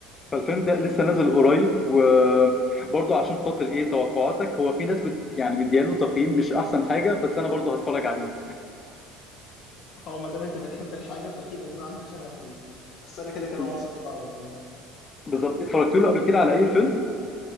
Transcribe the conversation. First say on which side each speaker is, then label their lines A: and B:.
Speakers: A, on the left; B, on the left.
A: فالفيلم ده لسه
B: مم.
A: نازل قريب وبرضه عشان خاطر ايه توقعاتك هو في ناس بت يعني مدياله تقييم مش احسن حاجه بس انا برضه هتفرج عليه
B: هو ما دام انت بتحب الحاجه فاكيد هيكون عندك شغف ليها بس انا كده كده
A: بز-
B: واثق في رايك يعني
A: بالظبط اتفرجت له قبل كده على اي فيلم